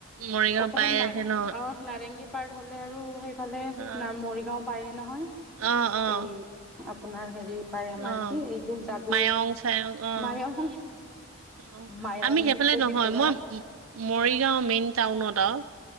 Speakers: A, on the right (about 80°); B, in the centre.
A: মৰিগাঁও
B: অকমান
A: পাই
B: না,
A: আহে ন?
B: অ' নাৰেংগী পাৰ হ'লে আৰু, সেইফালে
A: অ',
B: না, মৰিগাঁও পায়ে নহয়,
A: অ', অ',
B: এই আপোনাৰ হেৰি পায়, আমাৰ
A: অ',
B: কি এইটো যাদু
A: মায়ং চায়ং অ',
B: মায়ং।
A: অ',
B: মায়ং
A: আমি সেইফালে
B: পবিতৰা
A: নহয়, মই মৰিগাঁও মেইন টাউনত আৰু।